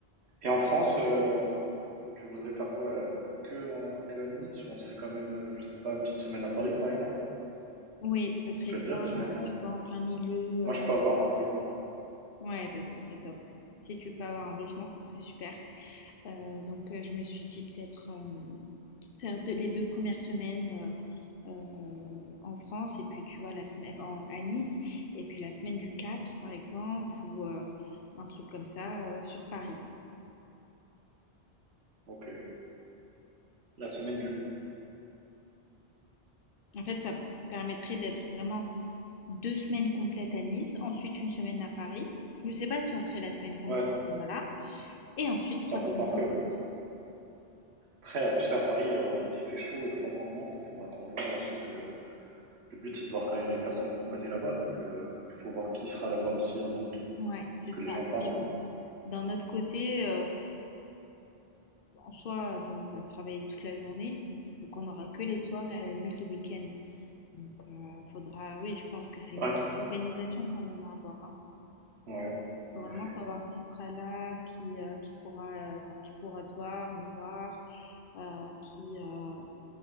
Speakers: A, on the right; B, on the left.
A: Et en France, heu, tu voudrais faire quoi, heu, que en que à Nice ou on se fait quand même, heu, je sais pas, une petite semaine à Paris, par exemple?
B: Oui, ça serait
A: Ça peut
B: bien,
A: être bien une semaine,
B: euh,
A: non?
B: tu vois, en plein milieu.
A: Moi,
B: euh,
A: je peux avoir un logement.
B: ouais, bah, ça serait top. Si tu peux avoir un logement, ça serait super. Euh, donc, euh, je me suis dit peut-être euh, Faire deux les 2 premières semaines, heu heu, en France et puis tu vois la semaine en à Nice et puis la semaine du 4 par exemple ou heu, un truc comme ça, heu, sur Paris.
A: OK. La semaine du
B: En fait, ça permettrait d'être vraiment 2 semaines complètes à Nice, ensuite une semaine à Paris. Je ne sais pas si on ferait la semaine complète,
A: ouais,
B: mais voilà et ensuite
A: ça
B: trois
A: coupe
B: semaines
A: un peu, ouais. Après, heu, tu sais, à Paris, heu, en août, il fait chaud, il y a pas grand monde. Il faudra qu'on voit ensuite, heu Le but, c'est de voir quand même les personnes qu'on connaît là-bas. Donc, euh, il faut voir qui sera là-bas aussi en août,
B: ouais, c'est
A: parce que
B: ça,
A: les gens partent.
B: mais bon,
A: hein.
B: d'un autre côté, heu, en soi, bon, on va travailler toute la journée, donc on n'aura que les soirs et à la limite le week-end. Donc, heu, faudra oui, je pense que c'est une
A: Ouais,
B: grosse organisation quand même à avoir, hein.
A: ouais,
B: Faut
A: en
B: vraiment
A: effet.
B: savoir qui sera là, qui, heu, qui pourra, heu, enfin qui pourra te voir, me voir, heu, qui, heu,